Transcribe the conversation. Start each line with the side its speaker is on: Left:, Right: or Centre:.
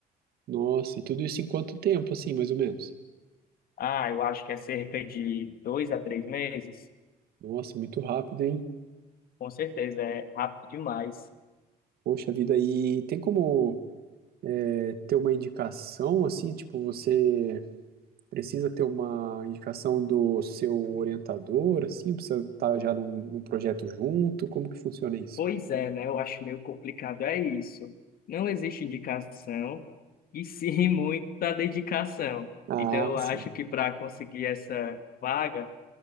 Right: Nossa, e tudo isso em quanto tempo, assim, mais ou menos?
Left: Ah, eu acho que é cerca de dois a três meses.
Right: Nossa, muito rápido, hein?
Left: Com certeza, é rápido demais.
Right: Poxa vida, e tem como é, ter uma indicação, assim, tipo, você. Precisa ter uma indicação do seu orientador, assim, precisa estar já num, num projeto junto, como que funciona isso?
Left: Pois é, né? Eu acho meio complicado, é isso. Não existe indicação e sim <laughs> muita dedicação.
Right: Ah,
Left: Então, eu acho
Right: sim.
Left: que para conseguir essa vaga,